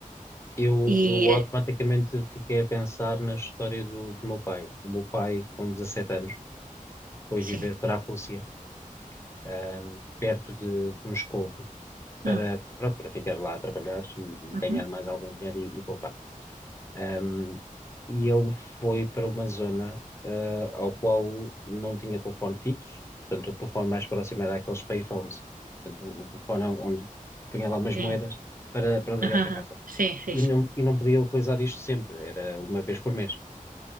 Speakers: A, on the left; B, on the right.
A: Eu,
B: E
A: eu automaticamente fiquei a pensar na história do, do meu pai. O meu pai, com 17 anos, foi
B: sim.
A: viver para a Rússia, ahm, perto de, de Moscovo, para,
B: Ah,
A: pronto, para ficar lá a trabalhar e, e
B: uhum.
A: ganhar mais algum dinheiro e, e poupar. Ahm, e ele foi para uma zona, ah, ao qual não tinha telefone fixo, portanto, o telefone mais próximo era aqueles payphones, portanto, o o telefone é onde punha lá umas
B: Sim.
A: moedas para, para ligar
B: Ah,
A: para casa.
B: Sim, sim.
A: E não, e não podia utilizar isto sempre, era uma vez por mês.